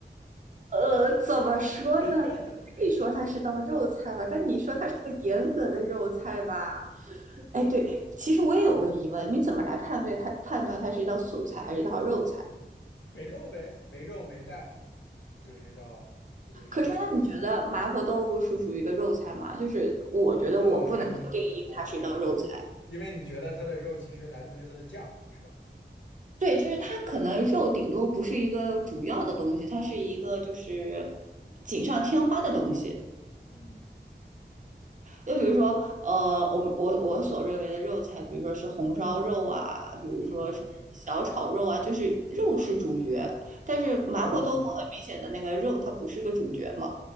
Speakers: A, on the right; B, on the left.
A: 呃，怎么说呢？
B: <laughs>
A: 可以说它是道肉菜吧，但你说它是个严格的肉菜吧？哎，对，其实我也有个疑问，你怎么来判断它判断它是一道素菜还是一道肉菜？
B: 没肉呗，没肉没蛋，不就是一道不就是一道素菜吗？
A: 可是，那你觉得麻婆豆腐属属于一个肉菜吗？就是我觉得我不能够定义它是一道肉菜。
B: 啊，牛排啊，OK，因因因为你觉得它的肉其实来自于它的酱，是吧？
A: 对，就是它可能肉顶多不是一个主要的东西，它是一个就是锦上添花的东西。
B: 嗯
A: 就比如说，呃，我们我我所认为的肉菜，比如说是红烧肉啊，比如说是小炒肉啊，
B: 啊，
A: 就是肉是主角。但是麻婆豆腐很明显的那个肉，
B: 不，
A: 它不是个主角嘛。